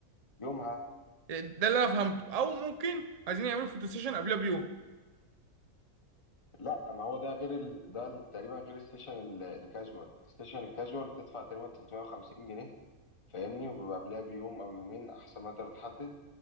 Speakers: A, on the left; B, on the right.
A: يومها
B: ده اللي انا فهمته او ممكن عايزين يعملوا فوتو سيشن قبلها بيوم
A: لا ما هو ده غير ال... ده ال- تقريبا غير السيشن ال- الكاجوال السيشن الكاجوال بتدفع تقريبا 350 جنيه فاهمني وبيبقى قبلها بيوم او يومين احسن ما انت بتحدد